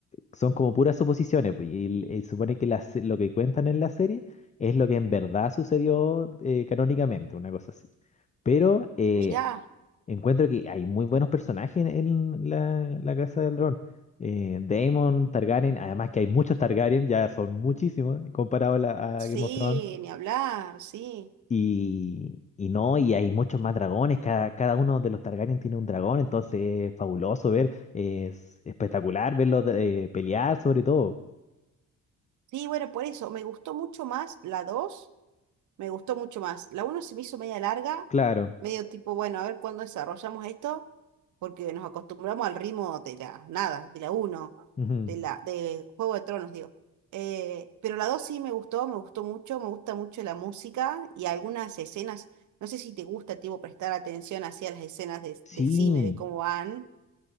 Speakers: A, on the left; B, on the right.
A: Son como puras suposiciones, pues, y, el- el- supone que la se- lo que cuentan en la serie es lo que en verdad sucedió eh, canónicamente, una cosa así. Pero eh,
B: mira
A: Encuentro que hay muy buenos personajes en, en la, la Casa del Dragón. Eh, Daemon, Targaryen, además que hay muchos Targaryen, ya son muchísimos comparado a, la,
B: sí,
A: a Game of Thrones.
B: ni hablar, sí.
A: Y, y no, y hay muchos más dragones, cada, cada uno de los Targaryen tiene un dragón, entonces es fabuloso ver, es espectacular verlos eh, pelear sobre todo.
B: Sí, bueno, por eso me gustó mucho más la dos Me gustó mucho más. La uno se me hizo media larga,
A: Claro.
B: medio tipo, bueno, a ver cuándo desarrollamos esto, porque nos acostumbramos al ritmo de la nada, de la uno
A: Ujú.
B: de la, de Juego de Tronos, digo. Eh, pero la 2 sí me gustó, me gustó mucho, me gusta mucho la música y algunas escenas. No sé si te gusta, tipo, prestar atención hacia las escenas de-
A: Sí,
B: del cine, de cómo van.